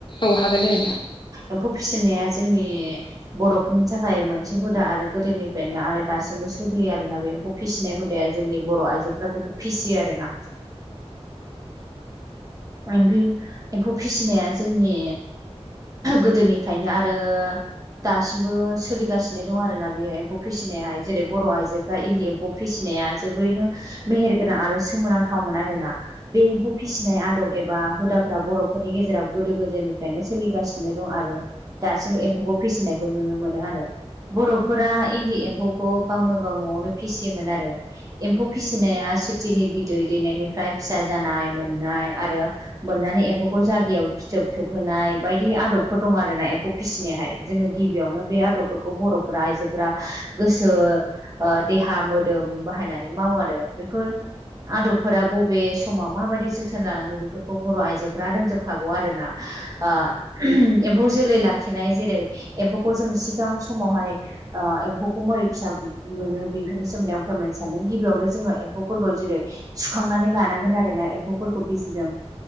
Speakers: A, on the left; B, on the right.
A: औ हागोन दे नोंथां
B: एम्फौ फिसिनाया जोंनि बर'फोरनि थाखाय मोनसे हुदा आरो गोदोनिफ्रायनो आरो दासिमबो सोलियो आरोना बे एम्फौ फिसिनाय हुदाया जोंनि बर' आइजोफ्रा बेखौ फिसियो आरोना ओ एम्फौ फिसिनाया जोंनि गोदोनिफ्रायनो आरो दासिमबो सोलिगासिनो दं आरोना बेहाय एम्फौ फिसिनायाहाय जेरै बर' आइजोफ्रा इन्दि एम्फौ फिसिनाया जोबोरैनो मेहेर गोनां आरो सोमोनांथावमोन आरोना। बे एम्फौ फिसिनाय आदब एबा हुदाफ्रा बर'फोरनि गेजेराव गोदो गोदायनिफ्रायनो सोलिगासिनो दं आरो दासिम एम्फौखौ फिसिनायखौ नुनो मोनो आरो। बर'फोरा इन्दि एम्फौखौ गावनो गाव न'आवनो फिसियोमोन आरो एम्फौ फिसिनाया सिख्रिनि बिदै दैनायनिफ्राय फिसा जानाय मोननाय आरो मोननानै एम्फौखौ जलियाव फिथोब थोबहोनाय बायदि आदबफोर दं आरोना एम्फौ फिसिनायहाय जोङो गिबियावनो बे आदबफोरखौ बर'फ आइजोफोरा गोसो देहा मोदोम बाहायनानै मावो आरो बेफोर आदबफोरा ब बे समाव माबायदि जोथोन लानांगौ बेफोरखौ बर' आइजोफ्रा रोंजोबखागौ आरोना आ एम्फौ जोलै लाखिनाय जेरै एम्फौखौ जों सिगां समावहाय एम्फौखौ मोरै फिसा मोनो बेफोरनि सोमोन्दै आं फोरमायनो सानदों गिबियावनो जोङो एम्फौफोरखौ जेरै, सुखांनानै लानांगोन आरो ना एम्फौफोरखौ बिजिजों